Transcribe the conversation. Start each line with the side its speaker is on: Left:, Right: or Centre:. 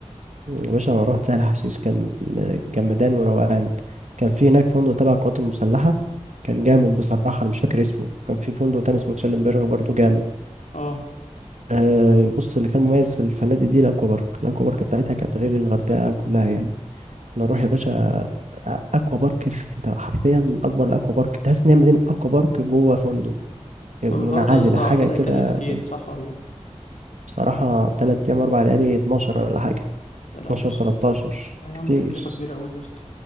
Right: يا باشا أنا رحت سهل حشيش كان جمدان وروقان كان في هناك فندق تبع القوات المسلحة كان جامد بصراحة أنا مش فاكر اسمه كان في فندق تاني اسمه تشيلنبرغ برضه جامد
Left: اه
Right: آه بص اللي كان مميز في الفنادق دي الأكوا بارك الأكوا بارك بتاعتها كانت غير الغردقة كلها يعني نروح يا باشا آه، أكوا بارك في أنت حرفيا أكبر الأكوا بارك تحس إن هي مدينة أكوا بارك جوه فندق منعزلة
Left: طب الحوار ده يا اسطى
Right: حاجة
Left: اكيد
Right: كده
Left: هيكلف كتير
Right: جامدة
Left: صح ولا ايه
Right: بصراحة تلات أيام أربع ليالي اتناشر ولا حاجة
Left: يا لهوي
Right: اتناشر
Left: السود
Right: تلاتاشر
Left: آه يا
Right: كتير
Left: عم تكلفه كبيره قوي دي يا اسطى